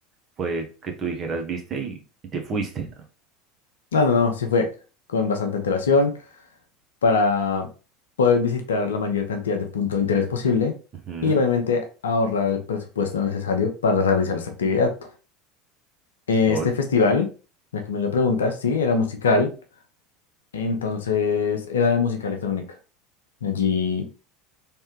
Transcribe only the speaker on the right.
fue que tú dijeras, viste y, y te fuiste.
Ujú.
Oye,